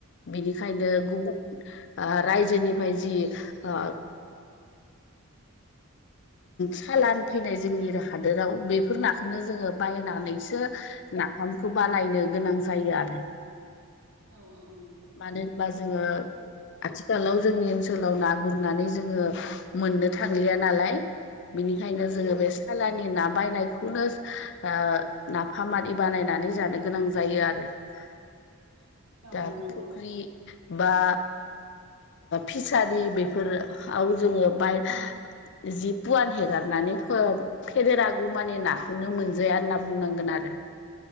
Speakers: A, on the left; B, on the right.
A: बिनिखायनो गुबुन ओ रायजोनिफ्राय जि ओ सालान फैनाय जोंनि हादोराव बेफोर नाखौनो जोङो बायनानै सो नाफामखौ बानायनो गोनां जायो आरो।
B: औ औ नंगौ।
A: मानो होनबा जोङो आथिखालाव जोंनि ओनसोलाव ना गुरनानै जोङो मोननो थांलिया नालाय बिनिखायनो जोङो
B: औ
A: बे सालानि ना बायनायखौनो ओ नाफामारि बानायनानै जानो गोनां जायो आरो। <unintelligible>
B: औ नंगौ
A: फुख्रि बा फिसारि बेफोराव जोङो बाय जि पुवान हेगारनानै फो फेदेरागौ मानि नाखौनो मोनजाया होनना बुंनांगोन आरो।